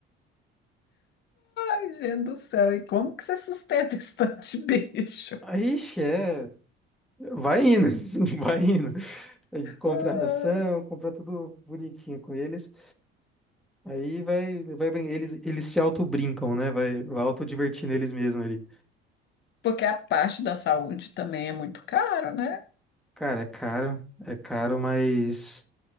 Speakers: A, on the left (about 55°); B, in the centre.
A: Ai, gente do céu. E como que você sustenta esse tanto de bicho?
B: Aí, é. Vai indo, <laughs> vai indo. A gente compra
A: <laughs>
B: ração, compra tudo bonitinho com eles. Aí vai, vai, brin- eles, eles se auto-brincam, né? Vai, vai auto divertir neles mesmos ali.
A: Porque a parte da saúde também é muito caro, né?
B: Cara, é caro, é caro, mas